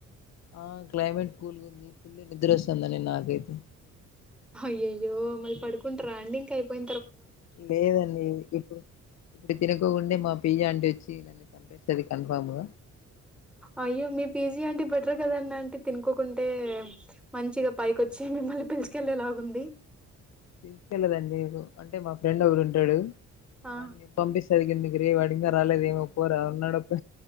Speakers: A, on the left; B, in the centre.
A: ఆ క్లైమేట్ కూల్గా ఉంది ఫుల్ నిద్ర వస్తుంది అండి నాకైతే
B: అయ్యయ్యో మళ్ళి పడుకుంటారండి ఇంకా అయిపోయి
A: లేదండి ఇప్పుడు ఇప్పుడు తినకోకుంటే బా బియ్యం తెచ్చి ఇత్తడి కన్ఫమా
B: అయ్యో మీ పిజీ అంటే బెటర్ కదన్న అంటే తినుకోకుంటే మంచిగా పైకొచ్చి మిమ్మల్ని పిల్చుకెళ్ళేలేలాగుంది
A: మీరు తెలుగండి అంటే మా ఫ్రెండ్ ఒకడుంటాడు
B: ఆ
A: అండి పంపిస్త బెణికింది ఇక్కడే వాడు ఇంకా రాలేదు ఏమో పోరా ఇంగా నొప్